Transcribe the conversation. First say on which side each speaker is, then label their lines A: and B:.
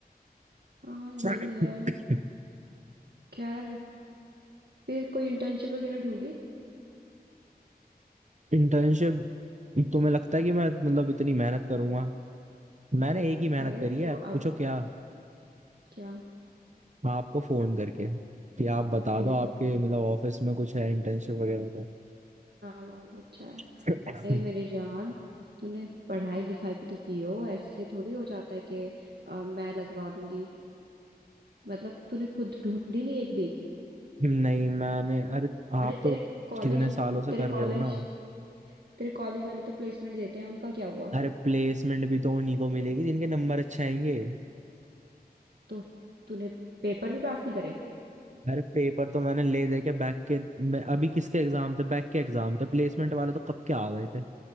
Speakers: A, on the right; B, on the right.
A: हाँ ये
B: <coughs>
A: भी है खैर फिर कोई इंटर्नशिप वगैरह ढूंढी
B: इंटर्नशिप तुम्हें लगता है कि मैं मतलब इतनी मेहनत करूंगा मैंने एक ही मेहनत
A: अरे
B: करी है
A: तो अब
B: पूछो क्या
A: क्या
B: आपको फोन करके कि आप बता दो
A: ए
B: आपके
A: भगवान
B: मतलब ऑफिस में कुछ है इंटर्नशिप वगैरह तो
A: नालायक बच्चा है
B: <coughs>
A: अरे मेरी जान तूने पढ़ाई लिखाई भी तो की हो ऐसे थोड़ी हो जाता है कि अ, मैं लगवा दूंगी मतलब तूने खुद ढूंढी नहीं एक भी
B: <laughs> नहीं मैंने अरे आप
A: अरे
B: तो
A: तेरे कॉलेज
B: कितने सालों से
A: तेरे
B: कर रहे
A: कॉलेज
B: हो ना
A: तेरे कॉलेज वाले तो प्लेसमेंट देते हैं उनका क्या हुआ
B: अरे प्लेसमेंट भी तो उन्हीं को मिलेगी जिनके नंबर अच्छे आएंगे
A: तो तूने पेपर भी पास नहीं करे
B: अरे पेपर तो मैंने ले दे के बैक के मैं अभी किसके एग्जाम थे बैक के एग्जाम थे प्लेसमेंट वाले तो कब के आ गए थे